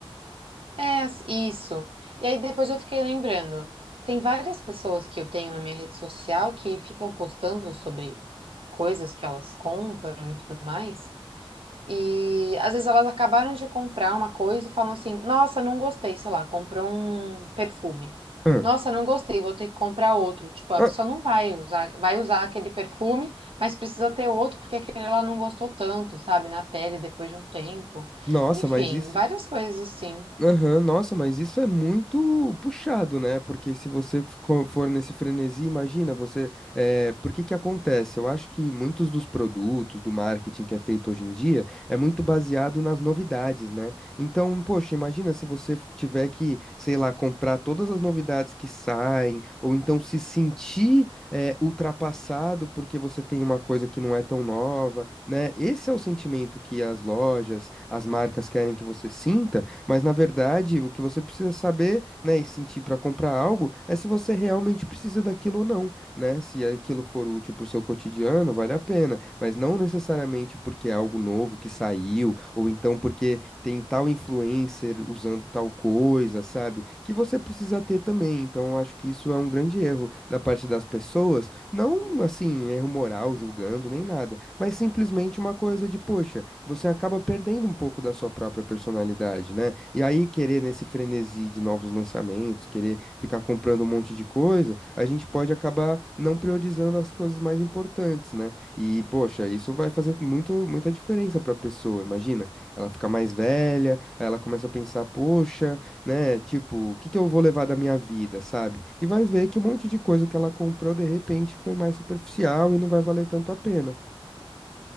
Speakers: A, on the right; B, in the centre.
A: É, as- isso. E aí depois eu fiquei lembrando. Tem várias pessoas que eu tenho na minha rede social que ficam postando sobre coisas que elas compram e tudo mais. E às vezes elas acabaram de comprar uma coisa e falam assim: Nossa, não gostei, sei lá, comprou um perfume.
B: Ah,
A: Nossa, não gostei, vou ter que comprar outro. Tipo, a
B: ah,
A: pessoa não vai usar, vai usar aquele perfume, mas precisa ter outro porque aquele ela não gostou tanto, sabe, na pele depois de um tempo.
B: nossa,
A: Enfim,
B: mas isso.
A: várias coisas assim.
B: Aham, nossa, mas isso é muito puxado, né? Porque se você co- for nesse frenesi, imagina você. eh, por que que acontece? Eu acho que muitos dos produtos, do marketing que é feito hoje em dia, é muito baseado nas novidades, né? Então, poxa, imagina se você f- tiver que, sei lá, comprar todas as novidades que saem, ou então se sentir, eh, ultrapassado porque você tem uma coisa que não é tão nova, né? Esse é o sentimento que as lojas, as marcas querem que você sinta. Mas na verdade, o que você precisa saber, né, e sentir para comprar algo é se você realmente precisa daquilo ou não, né? Se aquilo for útil para o seu cotidiano, vale a pena, mas não necessariamente porque é algo novo que saiu ou então porque tem tal influencer usando tal coisa, sabe? Que você precisa ter também. Então, eu acho que isso é um grande erro da parte das pessoas, não assim, erro moral, julgando nem nada, mas simplesmente uma coisa de, poxa, você acaba perdendo um pouco da sua própria personalidade, né? E aí, querer nesse frenesi de novos lançamentos, querer ficar comprando um monte de coisa, a gente pode acabar não priorizando as coisas mais importantes, né? E, poxa, isso vai fazer muito, muita diferença para a pessoa, imagina. Ela fica mais velha, aí ela começa a pensar, poxa, né? Tipo, o que que eu vou levar da minha vida, sabe? E vai ver que um monte de coisa que ela comprou, de repente, foi mais superficial e não vai valer tanto a pena.